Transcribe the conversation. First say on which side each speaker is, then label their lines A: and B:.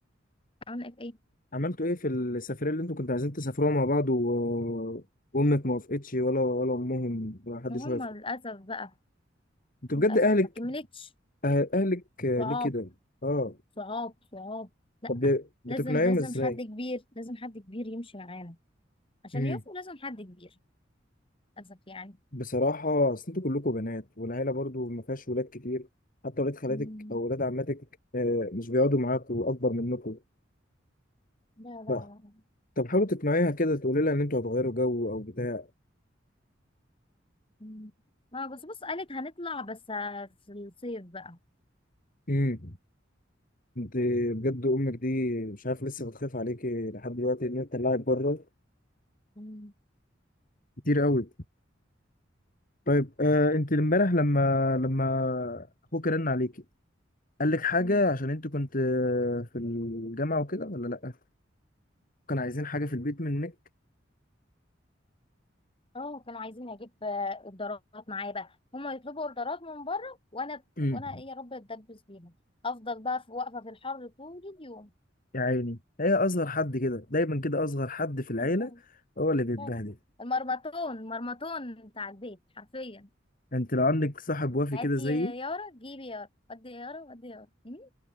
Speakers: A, on the left (about 30°); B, on the left (about 45°).
A: عملت ايه
B: عملتوا ايه في السفرية اللي انتوا كنتوا عايزين تسافروها مع بعض و... وامك ما وافقتش ولا ولا امهم ولا حدش
A: ما هم
B: وافق
A: للاسف بقى
B: انتوا
A: للاسف
B: بجد اهلك
A: ما كملتش
B: أه- اهلك آه،
A: صعاب
B: ليه كده اه
A: صعاب صعاب لا
B: طب بي- بتقنعيهم
A: لازم لازم
B: ازاي
A: حد كبير لازم حد كبير يمشي معانا عشان
B: امم
A: يوفوا لازم حد كبير للاسف يعني
B: بصراحة اصل انتوا كلكم بنات والعيلة برضو ما فيهاش ولاد كتير حتى ولاد خالاتك
A: مم.
B: او ولاد عماتك آه، مش بيقعدوا معاكوا اكبر منكم
A: لا لا
B: ف...
A: لا
B: طب حاولوا تقنعيها كده تقولي لها ان انتوا هتغيروا جو او بتاع
A: مم. اه بس بص قالت هنطلع بس آه، في الصيف بقى
B: امم انت بجد امك دي مش عارف لسه بتخاف عليكي لحد دلوقتي ان هي تطلعك بره
A: مم.
B: كتير قوي طيب آه انت امبارح لما لما اخوك رن عليكي قال لك حاجه
A: مم.
B: عشان انت كنت آه، في الجامعه وكده ولا لا كان عايزين حاجه في البيت منك
A: اه كانوا عايزين اجيب آه، اوردرات معايا بقى هما يطلبوا اوردرات من بره وانا
B: امم
A: وانا ايه يا رب اتدبس بيهم افضل بقى في واقفه في الحر طول اليوم
B: يا عيني هي اصغر حد كده دايما كده اصغر حد في العيله
A: الله
B: هو اللي بيتبهدل
A: فعلا المرمطون المرمطون بتاع البيت حرفيا
B: انت لو عندك صاحب وافي
A: هاتي
B: كده زيي
A: يا يارا جيبي يارا ودي يا يارا ودي يا يارا مم.